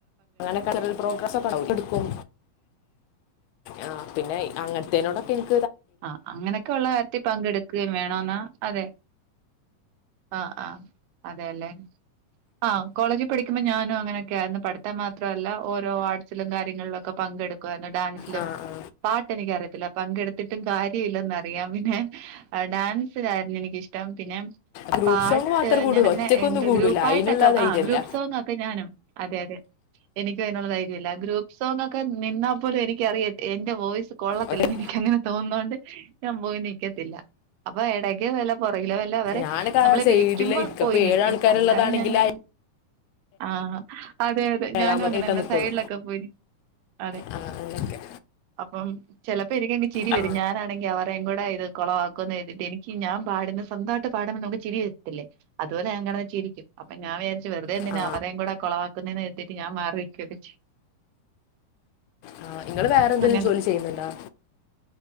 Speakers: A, on the left; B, on the right.
A: അങ്ങനെ കരവിൽ പ്രോഗ്രസൊക്കെ <unintelligible> എടുക്കും ആ പിന്നെ അങ്ങ <unintelligible>
B: ആ അങ്ങനൊക്കെള്ള കാര്യത്തി പങ്കെടു ക്കേം വേണോന്നാ അതെ അ ആ അതെല്ലെ ആ കോളേജി പഠിക്കുമ്പോ ഞാനും അങ്ങനൊക്കെ ആയിരുന്നു പഠിത്തം മാത്രല്ല ഓരോ ആർട്സിലും കാര്യങ്ങളിലൊക്കെ പങ്കെടുക്കായിരുന്നു ഡാൻസിലും
A: ആ ആ
B: പാട്ട് എനിക്കറിയത്തില്ല പങ്കെടു ത്തിട്ടും കാര്യയില്ലന്നറിയാം പിന്നെ ഡാൻസിലായിരുന്നു എനിക്കിഷ്ടം പിന്നെ
A: ഗ്രൂപ്പ്
B: പാട്ട്
A: സോങ് മാത്രം കൂടുള്ളൂ
B: ഞാനങ്ങനെ
A: ഒറ്റക്കൊന്നും
B: എന്ത്
A: കൂടില്ല
B: ഗ്രൂപ്പായിട്ടൊക്കെ
A: അതിനുള്ള ധൈര്യമല്ല
B: ആ ഗ്രൂപ്പ് സോങൊക്കെ ഞാനും അതെ അതെ എനക്ക് അയിനുള്ള ധൈര്യല്ല ഗ്രൂപ്പ് സോങൊക്കെ നിന്നാപ്പോലും എനിക്കറിയ എന്റെ വോയിസ് കൊള്ളത്തില്ലന്ന്
A: ഒറ്റ-
B: എനിക്കെന്നെ തോന്നോണ്ട് ഞാൻ പോയി നിക്കത്തില്ല അപ്പൊ എടക്കോ വല്ല പുറകിലോ വ ല്ല അവരെ
A: ഞാനൊക്കെ
B: നമ്മളെ
A: ആ സൈഡിൽ
B: വിളിക്കുമ്പോ
A: ഇരിക്കും
B: പോയി
A: അപ്പോൾ
B: നിക്കും
A: ഏഴ് ആൾക്കാരുള്ളതാണെങ്കിൽ
B: അല്ലാതെ ഞാനങ്ങനെ
A: ആ
B: ആ അതെ അതെ
A: ഏഴാമത്തെ
B: ഞാനും അങ്ങനെന്നെ
A: ഇട്ടാ നിൽക്കുള്ളൂ
B: സൈഡിലൊക്കെ പോയിന് അതെ
A: ആ, അങ്ങനെയൊക്കെ
B: അപ്പം ചെലപ്പോ ഇരിക്കേണ്ടി ചിരി
A: ആ
B: വരും ഞാനാണെങ്കി അവരെ എങ്ങോട്ടായാലും അത് കൊളവാക്കുന്നെര്തീട്ട് എനിക്ക് ഞാൻ പാടുന്ന സ്വന്തായിട്ട് നമുക്ക്ചിരി വരത്തില്ലേ അതുപോലെ ഞാൻ കടന്ന് ചിരിക്കും അപ്പ ഞാൻ വെറുതെന്തിനാ
A: ആ
B: അവരെയും കൂടെ കൊളവാ ക്കുന്നെ ഞാൻ മാറി നിൽകൊക്കെ ചെയ്യും
A: ആ നിങ്ങൾ വേറെന്തേലുംജോലി
B: അങ്ങനെ
A: ചെയ്യുന്നുണ്ടോ